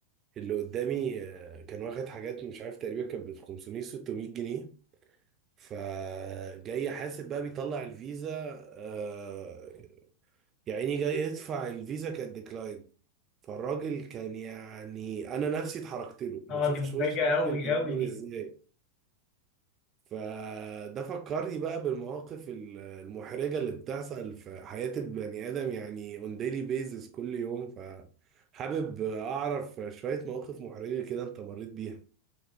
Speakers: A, on the right; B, on the left.
A: اللي قدامي آه، كان واخد حاجات مش عارف تقريبا كانت ب 500 600 جنيه فجاي حاسب بقى بيطلع الفيزا آه، يعني جاي يدفع الفيزا كانت ديكلاين فالراجل كان يعني انا نفسي اتحركت له ما
B: اه
A: تشوفش
B: دي محرجة
A: وش الراجل
B: قوي
A: كان
B: قوي
A: عامل
B: دي
A: ازاي فده فكرني بقى بالمواقف ال- المحرجة اللي بتحصل في حياة البني آدم يعني on daily basis كل يوم فحابب أعرف شوية مواقف محرجة كده أنت مريت بيها